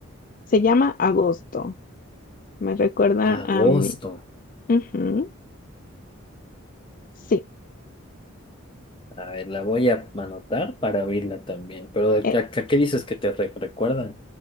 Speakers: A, on the left; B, on the left.
A: Se llama Agosto, me recuerda
B: Agosto.
A: a mi, ujú, sí,
B: A ver, la voy a anotar para oírla también. Pero ¿a, a-
A: eh,
B: a qué dices que te re- recuerda?